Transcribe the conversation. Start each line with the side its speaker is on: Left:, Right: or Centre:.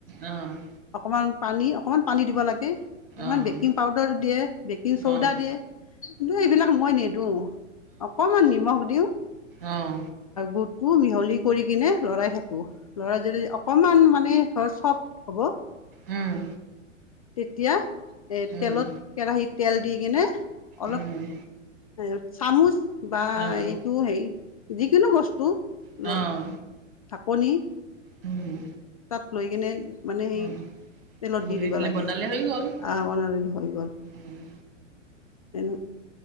Right: অ' অ'
Left: অকণমান পানী অকণমান পানী দিব লাগে কিছুমান
Right: অ'
Left: বেকিং পাউদাৰ দিয়ে বেকিং, চৌদা
Right: অ'
Left: দিয়ে কিন্তু এইবিলাক মই নিদিওঁ অকণমান নিমখ দিওঁ।
Right: আহ
Left: গুৰটো মিহলি কৰি কিনে লৰাই থাকো লৰাই যদি অকমান মানে ধৰ চফট হ'ব
Right: উম,
Left: তেতিয়া এ
Right: উম,
Left: তেলত কেৰাহিত তেল দি কিনে অলপ
Right: উম।
Left: এ চামুচ বা
Right: অ',
Left: সেই যিকোনো বস্তু
Right: অ'
Left: ল ঢাকনি
Right: উম।
Left: তাত লৈ কিনে মানে সেই
Right: অ',
Left: তেলত
Right: গুলি
Left: দি দিব
Right: দিলে
Left: লাগে
Right: বনালে হৈ গ'ল।
Left: বনাল হৈ গ'ল
Right: উম,
Left: এনে